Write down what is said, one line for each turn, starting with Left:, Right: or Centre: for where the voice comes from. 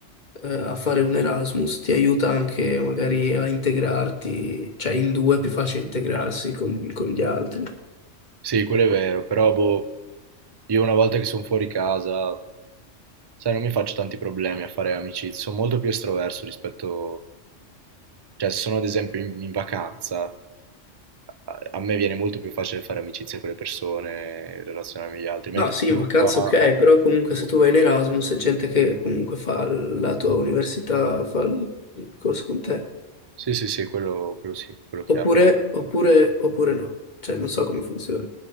Left: eh, a fare un Erasmus ti aiuta anche magari a integrarti, cioè in due è più facile integrarsi con, con gli altri.
Right: Sì, quello è vero, però boh, io una volta che sono fuori casa, sai, non mi faccio tanti problemi a fare amicizie, sono molto più estroverso rispetto... Cioè, se sono ad esempio in, in vacanza, a a me viene molto più facile fare amicizie con le persone, relazionarmi agli altri, mentre
Left: No, sì,
Right: sono
Left: in vacanza
Right: qua...
Left: ok, però comunque se tu vai in Erasmus è gente che comunque fa la tua università, fa il il corso con te.
Right: Sì, sì, sì, quello, quello sì, quello chiaro.
Left: Oppure, oppure, oppure no. Cioè, non so come funziona.